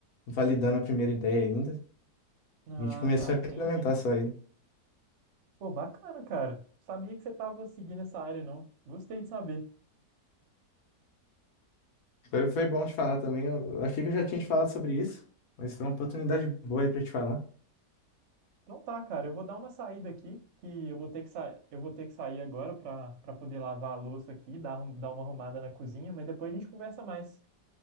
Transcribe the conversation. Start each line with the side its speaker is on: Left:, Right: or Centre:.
Left: validando a primeira ideia ainda.
Right: Ah,
Left: A gente começou
Right: tá, entendi.
Left: a implementar só aí.
Right: Pô, bacana, cara. Sabia que você tava seguindo essa área, não. Gostei de saber.
Left: Foi, foi bom te falar também. Eu achei que eu já tinha te falado sobre isso, mas foi uma oportunidade boa aí pra te falar.
Right: Não tá, cara. Eu vou dar uma saída aqui, que eu vou ter que sa... eu vou ter que sair agora pra para poder lavar a louça aqui, dar, arrum- dar uma arrumada na cozinha, mas depois a gente conversa mais.